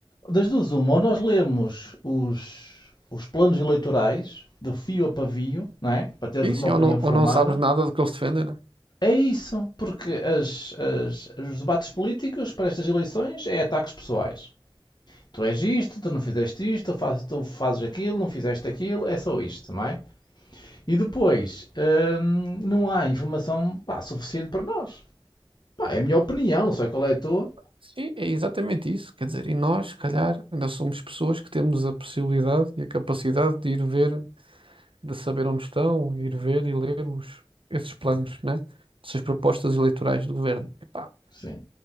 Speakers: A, on the left; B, on the right.
A: Das duas, uma, ou nós lemos os, os planos eleitorais de fio a pavio, não é? Para termos
B: Sim, sim,
A: uma opinião
B: ou não,
A: formada.
B: ou não sabes nada do que eles defendem, né?
A: É isso, porque as, as- os debates políticos para estas eleições é ataques pessoais. Tu és isto, tu não fizeste isto, tu, faz- tu fazes aquilo, não fizeste aquilo, é só isto, não é? E depois, hum, não há informação pá, suficiente para nós. Pá, é a minha opinião, não sei qual é a tua.
B: Sim, é exatamente isso. Quer dizer, e nós, se calhar, ainda somos pessoas que temos a possibilidade e a capacidade de ir ver de saber onde estão, ir ver e ler os, esses planos, né? Essas propostas eleitorais do governo. Epá,
A: Sim.